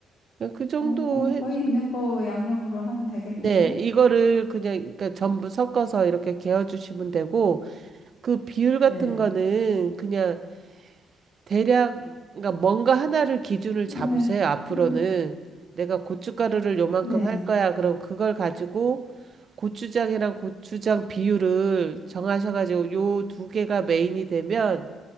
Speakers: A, on the right; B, on the left.
A: 그 정도
B: 어, 그럼
A: 해,
B: 거의 있는 거 양념으로 하면 되겠네요.
A: 네. 이거를 그냥, 그러니까 전부 섞어서 이렇게 개어주시면 되고, 그 비율
B: 네.
A: 같은 거는 그냥 대략 그러니까 뭔가 하나를 기준을
B: 네,
A: 잡으세요. 앞으로는
B: 음,
A: 내가 고춧가루를 요만큼
B: 네,
A: 할 거야. 그럼 그걸 가지고 고추장이랑 고추장 비율을 정하셔가지고 요 두 개가 메인이 되면